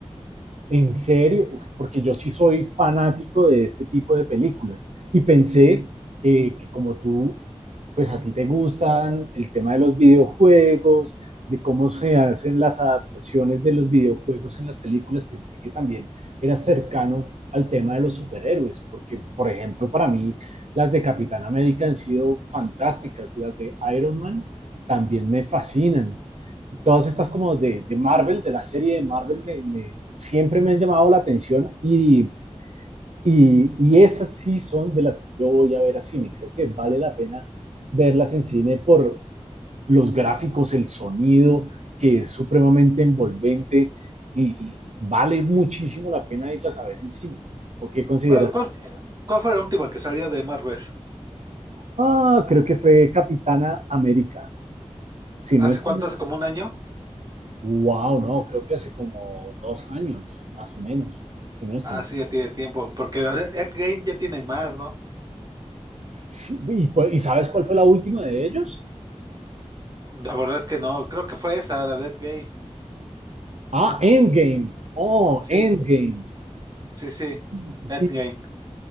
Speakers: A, on the right; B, on the right.
A: En serio, Uf, porque yo sí soy fanático de este tipo de películas y pensé eh, que como tú, pues a ti te gustan el tema de los videojuegos, de cómo se hacen las adaptaciones de los videojuegos en las películas, pensé que también eras cercano al tema de los superhéroes, porque por ejemplo para mí las de Capitán América han sido fantásticas, las de Iron Man también me fascinan todas estas como de, de Marvel, de la serie de Marvel, me, me- siempre me han llamado la atención y, y, y esas sí son de las que yo voy a ver a cine. Creo que vale la pena verlas en cine por los gráficos, el sonido, que es supremamente envolvente y, y vale muchísimo la pena irlas a ver en cine. ¿O qué consideras?
B: ¿Cuál, cuál, cuál fue la última que salió de Marvel?
A: Ah, creo que fue Capitana América. Si
B: ¿Hace
A: no estoy
B: cuánto?
A: mal.
B: ¿Hace como un año?
A: Wow, no, creo que hace como dos años, más o menos, si no estoy
B: Ah,
A: mal.
B: sí, ya tiene tiempo, porque la de Endgame ya tiene más, ¿no?
A: Sí, ¿Y, cu- y sabes cuál fue la última de ellos?
B: La verdad es que no, creo que fue esa, la de Endgame.
A: Ah, Endgame. Oh,
B: Sí,
A: Endgame.
B: sí, sí,
A: Sí, sí,
B: Endgame.
A: sí,